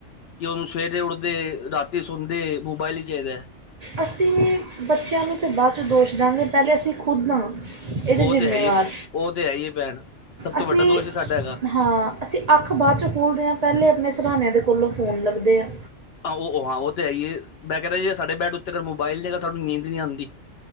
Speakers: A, on the left; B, on the right.
A: ਕਿ ਉਹਨੂੰ ਸਵੇਰੇ ਉੱਠਦੇ ਰਾਤੀ ਸਣਦੇ ਮੋਬਾਇਲ ਹੀ ਚਾਹੀਦਾ ਐ।
B: ਅਸੀਂ ਬੱਚਿਆਂ ਨੂੰ ਤਾਂ ਬਾਅਦ 'ਚ ਦੋਸ਼ ਦਵਾਂਗੇ ਪਹਿਲੇ ਅਸੀਂ ਖੁਦ ਹਾ। ਇਹਦੇ
A: ਉਹ
B: ਜ਼ਿੰਮੇਵਾਰ
A: ਤੇ ਹੈ ਹੀ ਉਹ ਤੇ ਹੈ ਹੀ ਭੈਣ ਸਭ ਤੋਂ
B: ਅਸੀਂ
A: ਵੱਡਾ ਦੋਸ਼ ਹੀ ਸਾਡਾ ਹੈਗਾ
B: ਹਾਂ ਅਸੀਂ ਅੱਖ ਬਾਅਦ 'ਚੋਂ ਖੋਲ੍ਹਦੇ ਹਾਂ ਪਹਿਲੇ ਆਪਣੇ ਸਰਾਹਣੇ ਕੋਲੋਂ ਫੋਨ ਲੱਭਦੇ ਆ।
A: ਆਹੋ ਹਾਂ ਉਹ ਤਾਂ ਹੈ ਹੀਏ ਮੈਂ ਕਹਿ ਜੇ ਸਾਡੇ ਬੈਡ ਉੱਤੇ ਅਗਰ ਮੋਬਾਈਲ ਨਹੀ ਨੀਦ ਨਹੀਂ ਆਂਦੀ।